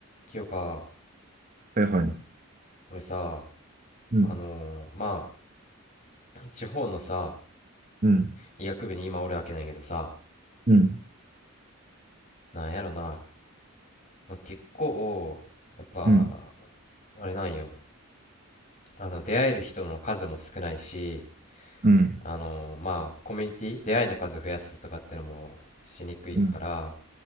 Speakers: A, on the left; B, on the right.
A: 清か
B: はいはい。
A: 俺さ
B: うん、
A: あのーまあ <clears throat> 地方のさ
B: うん、
A: 医学部に今おるわけないけどさ
B: うん、
A: なんやろな結構やっぱ
B: うん、
A: あれなんよあの出会える人の数も少ないし
B: うん、
A: あのーまあコミュニティ出会いの数を増やすとかってのもしにくいから
B: うん、